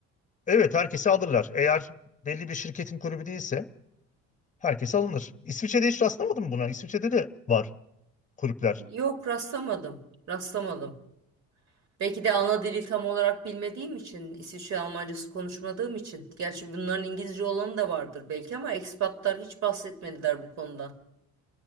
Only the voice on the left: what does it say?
evet herkesi alırlar. Eğer belli bir şirketin kulübü değilse herkes alınır. İsviçre'de hiç rastlamadın mı buna? İsviçre'de de var kulüpler.